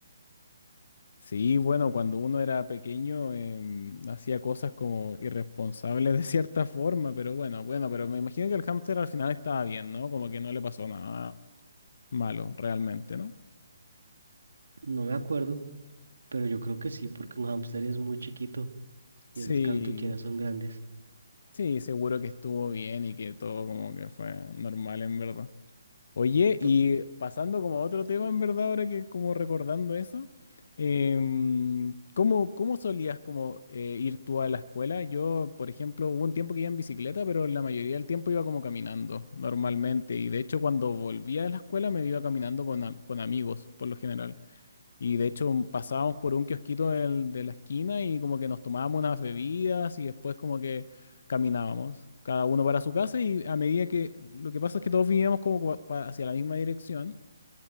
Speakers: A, on the left; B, on the right.
A: sí, bueno, cuando uno era pequeño em, hacía cosas como irresponsables de cierta forma, pero bueno, bueno, pero me imagino que el hámster al final estaba bien, ¿no? Como que no le pasó nada malo realmente, ¿no?
B: No me acuerdo, pero yo creo que sí, porque un hámster es muy chiquito. y
A: Sí,
B: esas cartucheras son grandes.
A: sí, seguro que estuvo bien y que todo como que fue normal en verdad. Oye, y
B: To-
A: pasando como a otro tema, en verdad, ahora que como recordando eso, em, ¿cómo, cómo solías como eh, ir tú a la escuela? Yo, por ejemplo, hubo un tiempo que iba en bicicleta, pero la mayoría del tiempo iba como caminando normalmente. Y de hecho, cuando volvía de la escuela me iba caminando con, a- con amigos, por lo general. Y de hecho mm, pasábamos por un kiosquito del- de la esquina y como que nos tomábamos unas bebidas y después como que caminábamos, cada uno para su casa y a medida que lo que pasa es que todos vivíamos como pa- pa- hacia la misma dirección